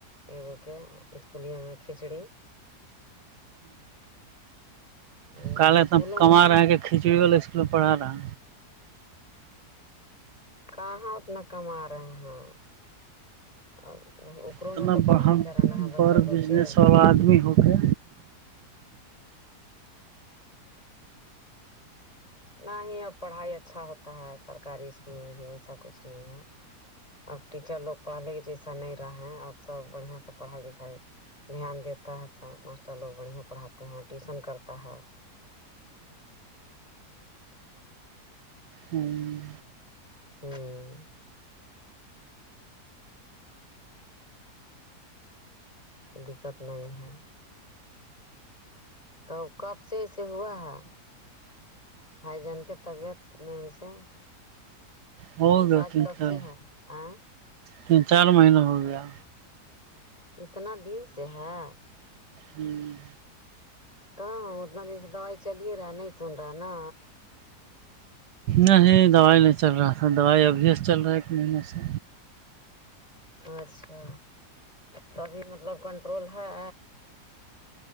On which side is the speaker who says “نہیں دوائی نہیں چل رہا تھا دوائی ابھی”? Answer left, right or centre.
Right